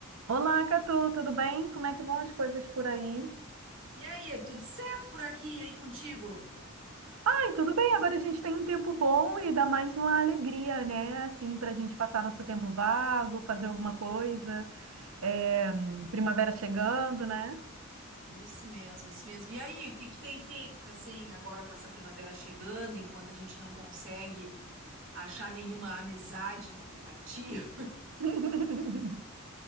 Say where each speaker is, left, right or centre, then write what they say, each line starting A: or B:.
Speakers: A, on the right; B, on the right.
A: Olá, Catu, tudo bem? Como é que vão as coisas por aí?
B: E aí, tudo certo por aqui? E aí contigo?
A: Ai, tudo bem, agora a gente tem um tempo bom e dá mais uma alegria, né? Assim, para a gente passar nosso tempo vago, fazer alguma coisa. É,
B: Ah,
A: primavera chegando, né?
B: isso mesmo, isso mesmo. E aí, o que que tu tem feito assim agora com essa primavera chegando, enquanto a gente não consegue achar nenhuma amizade em aplicativo?
A: <laughs>